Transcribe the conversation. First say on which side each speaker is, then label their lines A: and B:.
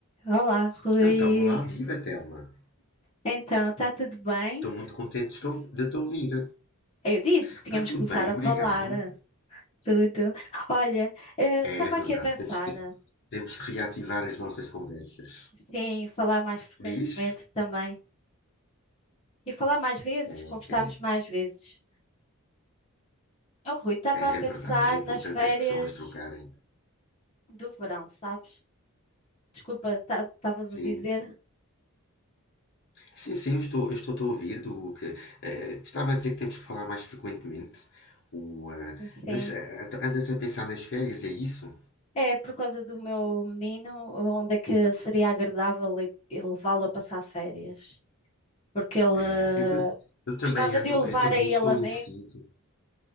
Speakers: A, on the left (about 25°); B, on the left (about 50°).
A: Olá, Rui.
B: Então, olá, viva Telma.
A: Então, está tudo bem?
B: Estou muito contente de te ouvir.
A: Eu disse que tínhamos
B: Está tudo
A: que começar
B: bem,
A: a
B: obrigado.
A: falar tudo. Olha, estava
B: É, é
A: aqui
B: verdade,
A: a pensar,
B: temos que, temos que reativar as nossas conversas.
A: sim, falar mais frequentemente
B: Diz?
A: também. E falar mais vezes,
B: É,
A: conversarmos
B: é,
A: mais vezes. Oh, Rui, estava
B: é,
A: a pensar
B: é verdade, é importante
A: nas férias
B: as pessoas trocarem.
A: do verão, sabes? Desculpa, estavas
B: Sim,
A: a dizer?
B: sim, sim, eu estou, eu estou-te a ouvir do que... eh, estava a dizer que temos que falar mais frequentemente. O, eh,
A: Sim.
B: mas eh, então andas a pensar nas férias, é isso?
A: É por causa do meu menino, onde é que seria agradável le- levá-lo a passar férias? porque ele
B: É,
A: eh,
B: eu, eu eu também
A: gostava
B: ando,
A: de eu levar
B: eu também
A: a ele
B: estou
A: a meio
B: indeciso.